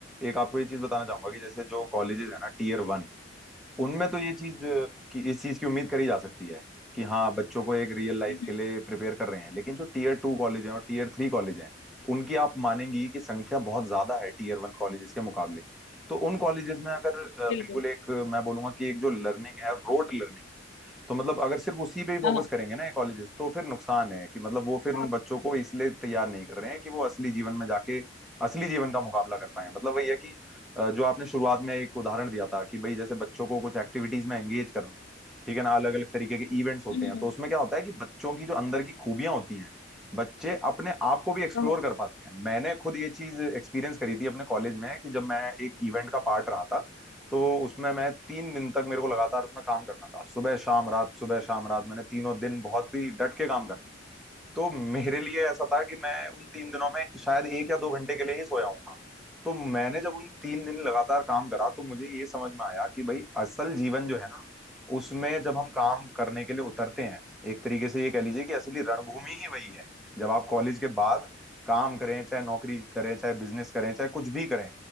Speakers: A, in the centre; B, on the left (about 85°).
A: एक आपको ये चीज बताना चाहूंगा कि जैसे जो कॉलेजेस है ना टीयर वन उनमें तो ये चीज अ, कि इस चीज की उम्मीद करी जा सकती है कि हाँ बच्चों को एक रियल लाइफ
B: हम्म,
A: के लिए प्रिपेयर कर रहे हैं लेकिन जो टीयर टू कॉलेज हैं और टीयर थ्री कॉलेज हैं उनकी आप मानेंगी कि संख्या बहुत ज्यादा है टीयर वन कॉलेजेस के मुकाबले तो उन कॉलेजेस में अगर अ,
B: बिल्कुल
A: बिल्कुल एक अ, मैं बोलूंगा कि एक जो लर्निंग है रोट लर्निंग तो मतलब अगर सिर्फ उसी पे ही फोकस
B: हाँ हाँ
A: करेंगे ना ये कॉलेजेस तो फिर नुकसान है कि मतलब वो फिर
B: हाँ,
A: उन बच्चों को इसलिए तैयार नहीं कर रहे हैं कि वो असली जीवन में जाके असली जीवन का मुकाबला कर पाए मतलब वही है कि अ, जो आपने शुरुआत में एक उदाहरण दिया था कि भाई जैसे बच्चों को कुछ एक्टिविटीज में एंगेज करना ठीक है ना अलग अलग तरीके के इवेंट्स होते
B: हम्म
A: हैं तो उसमें क्या होता है कि बच्चों की जो अंदर की खूबियां होती हैं बच्चे अपने आप को भी एक्सप्लोर
B: तो,
A: कर पाते हैं मैंने खुद ये चीज एक्सपीरियंस करी थी अपने कॉलेज में कि जब मैं एक इवेंट का पार्ट रहा था तो उसमें मैं तीन दिन तक मेरे को लगातार उसमें काम करना था सुबह शाम रात सुबह शाम रात मैंने तीनों दिन बहुत ही डट के काम करना तो मेरे लिए ऐसा था कि मैं उन तीन दिनों में शायद एक या दो घंटे के लिए ही सोया हूंगा तो मैंने जब उन तीन दिन लगातार काम करा तो मुझे ये समझ में आया कि भाई असल जीवन जो है ना उसमें जब हम काम करने के लिए उतरते हैं एक तरीके से ये कह लीजिए कि असली रणभूमि ही वही है जब आप कॉलेज के बाद काम करें चाहे नौकरी करें चाहे बिजनेस करें चाहे कुछ भी करें